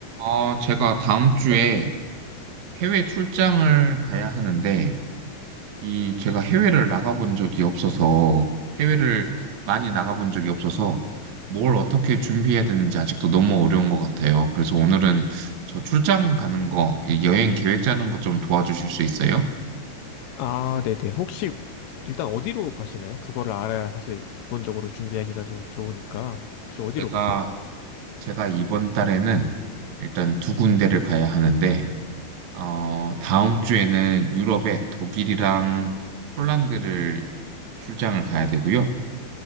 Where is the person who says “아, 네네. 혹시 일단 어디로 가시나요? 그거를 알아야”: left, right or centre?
Left